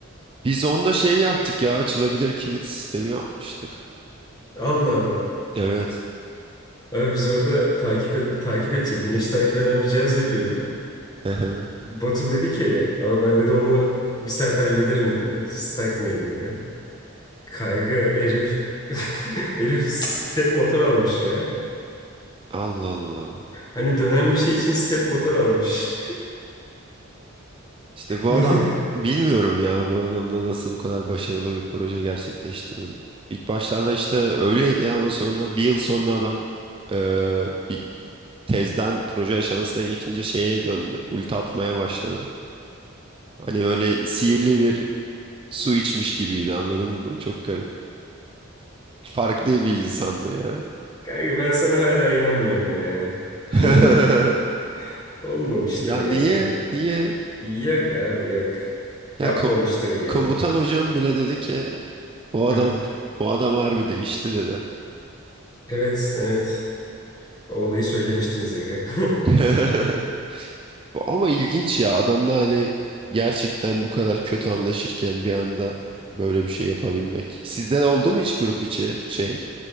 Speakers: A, on the right; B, on the left.
A: Biz onda şey yaptık ya açılabilir kilit sistemi yapmıştık.
B: Allah Allah.
A: Evet.
B: Abi biz orada takip et, takip edecek, güneş takip eden bir cihaz yapıyorduk.
A: <laughs>
B: Batu dedi ki, abi ben dedi onu bir saat hallederim dedi. Siz takmayın dedi. Kayga herif, <laughs> herif step motor almış ya.
A: Allah Allah.
B: Hani dönen bir şey için step motor almış.
A: İşte bu
B: <laughs>
A: adam bilmiyorum ya bu adamla nasıl bu kadar başarılı bir proje gerçekleştirdim. İlk başlarda işte öyleydi ama sonra bir yıl sonra adam eee, bir tezden proje aşamasına geçince şeye döndü. Ulti atmaya başladı. Hani böyle sihirli bir su içmiş gibiydi anladın mı? Çok garip. Farklı bir insandı ya.
B: Kanka ben sana hala inanmıyorum ya.
A: <laughs>
B: <laughs> Olmamıştır
A: Ya
B: yani.
A: niye? Niye?
B: Yok abi yok.
A: Ya
B: Yapmamıştır
A: ko-
B: yani.
A: komutan hocam bile dedi ki bu adam
B: Heh.
A: bu adam harbi değişti dedi.
B: Evet evet. O olayı söylemiştiniz Ege. <laughs>
A: <laughs> Ama ilginç ya adamla hani gerçekten bu kadar kötü anlaşırken bir anda böyle bir şey yapabilmek. Sizde de oldu mu hiç grup içi şey